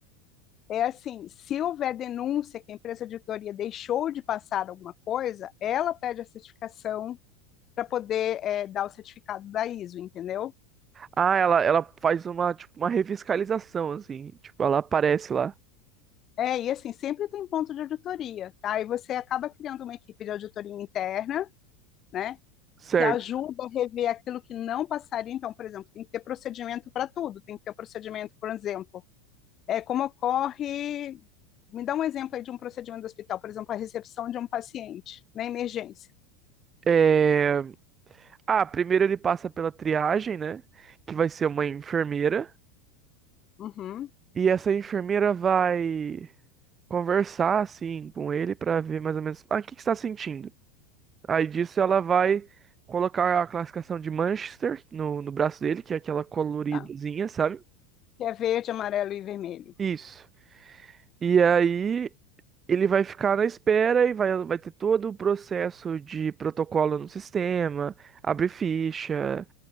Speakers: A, on the left; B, on the right.
A: é assim, se houver denúncia que a empresa de auditoria deixou de passar alguma coisa, ela pede a certificação para poder é, dar o certificado da ISO, entendeu?
B: Ah, ela, ela faz uma, tipo, uma revitalização, assim. Tipo, ela aparece lá.
A: É, e assim, sempre tem ponto de auditoria, tá? E você acaba criando uma equipe de auditoria interna, né?
B: Certo.
A: que ajuda a rever aquilo que não passaria. Então, por exemplo, tem que ter procedimento para tudo, tem que ter o procedimento, por exemplo, é como ocorre. Me dá um exemplo aí de um procedimento do hospital, por exemplo, a recepção de um paciente na emergência.
B: É... Ah, primeiro ele passa pela triagem, né? Que vai ser uma enfermeira.
A: Uhum,
B: E essa enfermeira vai conversar, assim, com ele pra ver mais ou menos... Ah, o que que você tá sentindo? Aí disso ela vai colocar a classificação de Manchester no, no braço dele, que é aquela coloridazinha,
A: tá.
B: sabe?
A: Que é verde, amarelo e vermelho.
B: Isso. E aí ele vai ficar na espera e vai, vai ter todo o processo de protocolo no sistema, abre ficha,